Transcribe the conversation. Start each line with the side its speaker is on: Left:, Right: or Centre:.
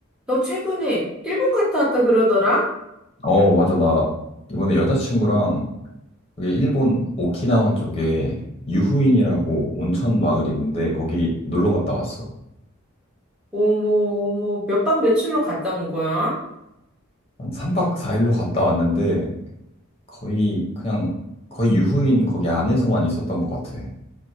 Centre: 너 최근에 일본 갔다 왔다 그러더라?
Left: 어, 맞아. 나 이번에 여자친구랑 그게 일본 오키나와 쪽에 유후인이라고 온천 마을이 있는데 거기 놀러 갔다 왔어.
Centre: 어머, 어머, 몇 박 며칠로 갔다 온 거야?
Left: 한 3박 4일로 갔다 왔는데 거의 그냥 거의 유후인 거기 안에서만 있었던 것 같아.